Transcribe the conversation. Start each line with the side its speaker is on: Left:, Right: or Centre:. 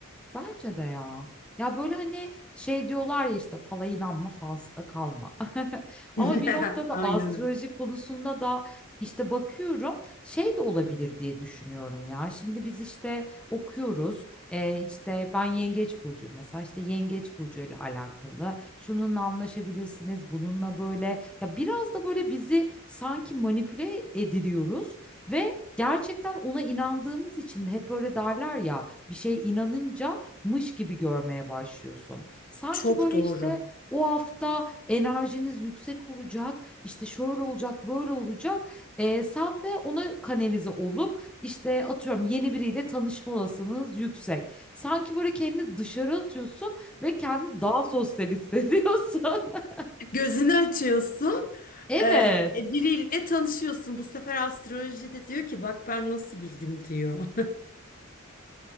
Centre: Bence de ya. Ya böyle hani şey diyorlar ya işte fala inanma, falsıda kalma. <laughs> Ama
Left: <laughs>
Centre: bir noktada
Left: Aynen
Centre: astroloji
Left: öyle.
Centre: konusunda da işte bakıyorum şey de olabilir diye düşünüyorum ya. Şimdi biz işte okuyoruz. Ee, işte ben Yengeç Burcu mesela işte Yengeç Burcu ile alakalı. Şununla anlaşabilirsiniz, bununla böyle. Ya biraz da böyle bizi sanki manipüle ediliyoruz ve gerçekten ona inandığımız için de hep öyle derler ya bir şeye inanınca mış gibi görmeye başlıyorsun. Sanki
Left: Çok
Centre: böyle
Left: doğru.
Centre: işte o hafta enerjiniz yüksek olacak, işte şöyle olacak, böyle olacak. Ee, sen de ona kanalize olup işte atıyorum yeni biriyle tanışma olasılığınız yüksek. Sanki böyle kendini dışarı atıyorsun ve kendini daha sosyal hissediyorsun. <laughs>
Left: Gözünü açıyorsun.
Centre: Evet.
Left: e, e, biriyle tanışıyorsun. Bu sefer astrolojide diyor ki bak ben nasıl bildim diyor.